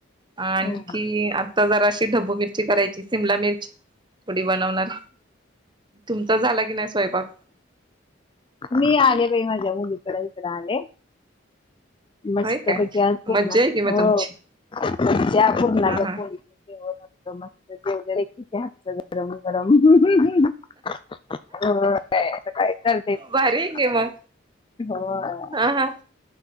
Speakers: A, on the right; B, on the left.
A: आणखी
B: हम्म.
A: आता जरा अशी ढबू मिरची करायची सिमला मिर्च थोडी बनवणार तुमचा झाला की नाही स्वयंपाक
B: मी आले बाई माझ्या मुलीकड इकड आले. मस्त
A: होय काय
B: पैकी आज पुरणाच्या
A: मज्जा आहे कि मग तुमची.
B: हो पुरणाच्या पुरणाच्या
A: हा हा
B: पोळी हो मस्त मस्त जेवते की तिच्या हातचं गरम गरम हम्म्म हो हो काय आता चालते होय
A: भारी आहे की मग हा हा